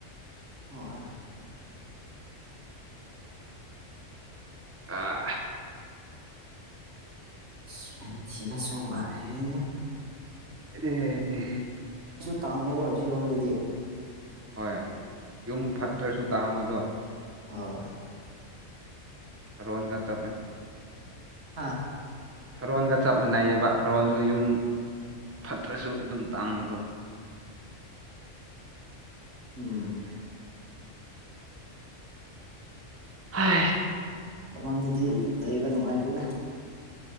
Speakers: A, on the right; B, on the right.
A: ꯑꯣꯏ
B: ꯑ
A: ꯁ ꯊꯕ ꯆꯦ
B: ꯑꯦ
A: ꯇꯥꯡꯕꯕꯨ ꯑꯣꯏꯔꯁꯤꯔꯣꯝꯗꯗꯤ
B: ꯍꯣꯏ ꯌꯨꯝ ꯐꯠꯇ꯭ꯔꯁꯨ ꯇꯥꯡꯝꯕꯗꯣ
A: ꯑ
B: ꯔꯣꯍꯟꯒ ꯆꯃꯦ
A: ꯍꯥꯥ
B: ꯊꯔꯣꯟꯒ ꯆꯞ ꯃꯅꯩꯑꯕ ꯊꯔꯣꯟꯁꯨ ꯌꯨꯝ ꯐꯠꯇ꯭ꯔꯁꯨ ꯑꯗꯨꯝ ꯇꯥꯡꯕꯗꯣ
A: ꯎꯝ
B: ꯍ
A: ꯍꯉꯟꯗꯤ ꯂꯩꯕꯅꯨꯡꯉꯥꯏꯇꯗ